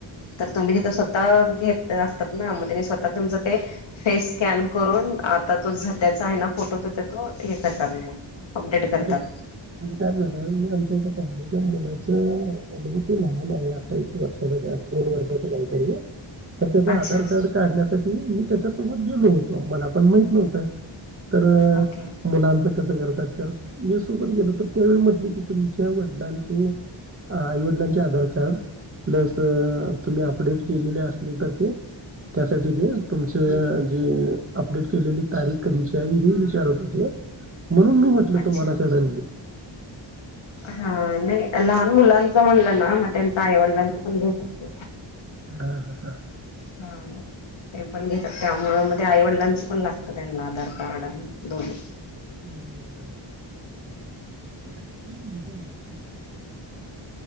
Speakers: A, on the left; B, on the right.
A: तर तुम्ही तिथं स्वतः घेत. असतात ना मग स्वतः तुमच ते फेस स्कॅन करून आता तो सध्याचा आहे ना फोटो तचा तो हे करतचा मग. अपडेट करतात
B: म्हणजे म्हणजे तार झालं आमच्या इथ. मनाचं म्हज त लहान आहे. आता एक वर्षा दोन वर्षाच काहीतरी. तर त्याच
A: अच्छा
B: आधार
A: अच्छा
B: कार्ड काढण्यासाठी मी. त्याच्यासोबत गेलो होतो. मला पण माहित नव्हतं. तर
A: ओके
B: मुलांच. कस करतात तर. मी सोबत गेलो तर त्यावेळी म्हटले की तुमच्या वडिलांचे आई वडिलांचे आधार कार्ड प्लस. तर तुम्ही अपडेट. केले ले असली तर ते कर. तुमचे. हम अपडेट केलेली तारीख कधी विचारत होते म्हणून मी.
A: अच्छा
B: तुम्हाला सडनली.
A: हा नाही लहान मुलांच म्हणलं ना मग त्यांच आईवडिलांच पण घेऊ शकत.
B: हा हा हा.
A: हा ते पण घेतात त्यामूळ मग ते आईवडिलांचं पण लागतं त्यांना आधार कार्ड आणि दोन्ही.
B: हो का ह.